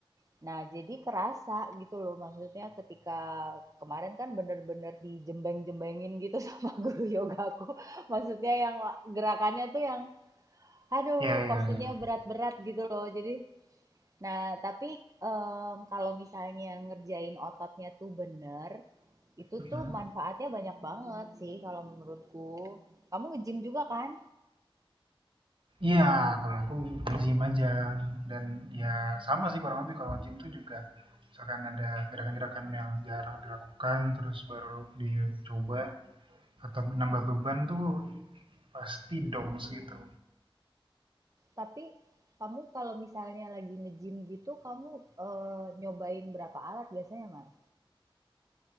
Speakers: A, on the right; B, on the right.
A: nah jadi kerasa gitu loh maksudnya ketika kemarin kan bener-bener dijembeng-jembengin gitu <laughs> sama guru yoga aku. Maksudnya yang gerakannya tuh yang aduh
B: Iya, iya,
A: posenya
B: iya.
A: berat-berat gitu loh. Jadi Nah, tapi, mmm, kalau misalnya ngerjain ototnya tuh bener, itu
B: Mhm.
A: tuh manfaatnya banyak banget sih kalau menurutku. Kamu nge-gym juga kan?
B: Iya, kalau aku nge-gym aja. Dan ya sama sih kurang lebih kalau nge-gym tuh juga misalkan ada gerakan-gerakan yang jarang dilakukan, terus baru dicoba atau nambah beban tuh pasti DOMS gitu.
A: Tapi kamu kalau misalnya lagi nge-gym gitu kamu, eee, nyobain berapa alat biasanya, Mas?